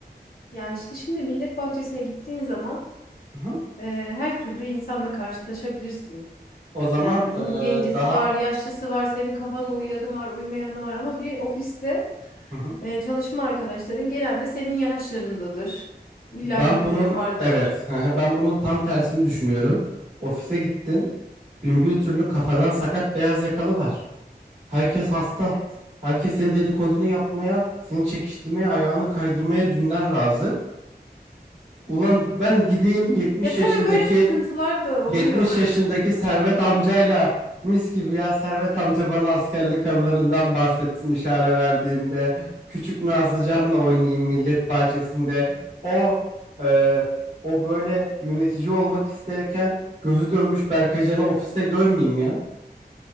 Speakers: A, on the left; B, on the right.
A: Ya işte şimdi millet bahçesine gittiğin zaman
B: Hı hı.
A: e, her türlü insanla karşılaşabilirsin.
B: O zaman
A: Yani bunun
B: e,
A: gencisi
B: daha
A: var, yaşlısı var, senin kafana uyanı var, uymayanı var ama bir ofiste
B: Hı hı.
A: e, çalışma arkadaşların genelde senin yaşlarındadır. İlla
B: ben
A: ki birileri
B: bunun
A: vardır.
B: evet hı hı, ben bunun tam tersini düşünüyorum. Ofise gittin. Bin bir türlü kafadan sakat beyaz yakalı var. Herkes hasta.
A: Evet.
B: Herkes senin dedikodunu yapmaya, seni çekiştirmeye, ayağını kaydırmaya dünden razı. Ulan ben gideyim 70
A: Ya tabii
B: yaşındaki
A: böyle sıkıntılar da oluyor.
B: 70
A: <laughs>
B: yaşındaki Servet amcayla mis gibi ya Servet amca bana askerlik anılarından bahsetsin işare verdiğimde küçük Nazlıcan'la oynayayım millet bahçesinde o e, o böyle yönetici olmak isterken gözü dönmüş Berkacan'ı ofiste görmeyeyim ya